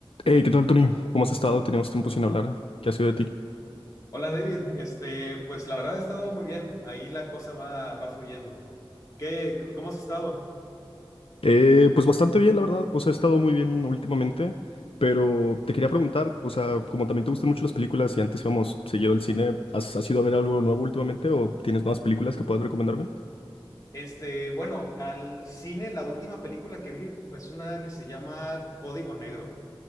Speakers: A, on the left; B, on the left.
A: Hey, ¿qué tal, Tony? ¿Cómo has estado? Teníamos tiempo sin hablar. ¿Qué ha sido de ti?
B: Hola David, este, pues la verdad ha estado muy bien, ahí la cosa va, va fluyendo. ¿Qué, cómo has estado?
A: Eh, pues bastante bien, la verdad. Pues he estado muy bien últimamente, pero te quería preguntar, o sea, como también te gustan mucho las películas y antes íbamos seguido al cine, ¿has, has ido a ver algo nuevo últimamente o tienes nuevas películas que puedas recomendarme?
B: Este, bueno, al cine la última película que vi fue una que se llama Código Negro.